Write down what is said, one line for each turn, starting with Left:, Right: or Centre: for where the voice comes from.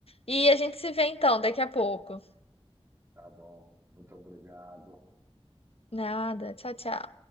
Left: E a gente se vê então daqui a pouco.
Right: tá bom. Muito obrigado.
Left: Nada. Tchau, tchau.